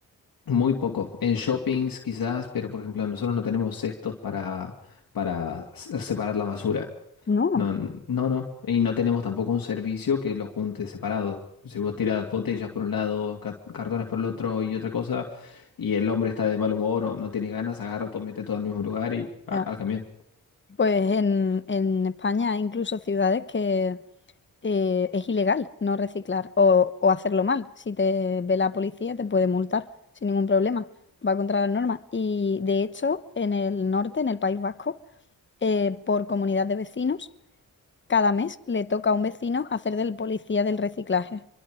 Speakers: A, on the left; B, on the left.
A: Muy poco. En shoppings quizás, pero por ejemplo, nosotros no tenemos cestos para, para se- separar la basura.
B: no.
A: No, n- no, no. Y no tenemos tampoco un servicio que lo junte separado. Si vos tirás botellas por un lado, ca- cartones por el otro y otra cosa, y el hombre está de mal humor o no tiene ganas, agarra todo, mete todo al mismo lugar y al,
B: Ya,
A: al camión.
B: Pues en, en España hay incluso ciudades que eh, es ilegal no reciclar o, o hacerlo mal. Si te ve la policía te puede multar sin ningún problema, va contra las normas. Y de hecho en el norte, en el País Vasco, eh, por comunidad de vecinos cada mes le toca a un vecino hacer del policía del reciclaje.